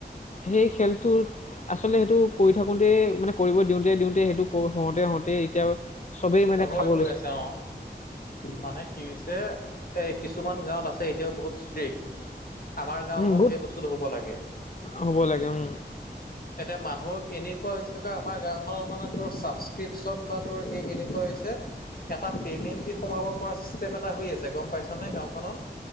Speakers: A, on the left; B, on the left.
A: সেই খেলটোৰ। আচলতে সেইটো কৰি থাকোঁতে মানে কৰিব দিওঁতে, দিওঁতে সেইটো হওঁতে, হওঁতে এতিয়া। চবেই মানে
B: হৈ
A: খাব
B: গৈ
A: লৈছে
B: আছে অ মানে কি হৈছে এ কিছুমান গাঁৱত আছ এতিয়াও বহুত ষ্ট্ৰিক্ আমাৰ গাওঁখন
A: উম বহুত
B: সেই বস্তুটো হব লাগে।
A: হ'ব লাগে উম
B: এতে মানুহক এনেকুৱা হৈছে যে আমাৰ গাওঁখনত মানে তোৰ চাছস্কৃপচন বা তোৰ এই এনে <unintelligible> এটা পেমেণ্ট দি সোমাব পৰা চিষ্টেম এটা হৈ আছে গম পাইছোঁ নে গাওঁখনত।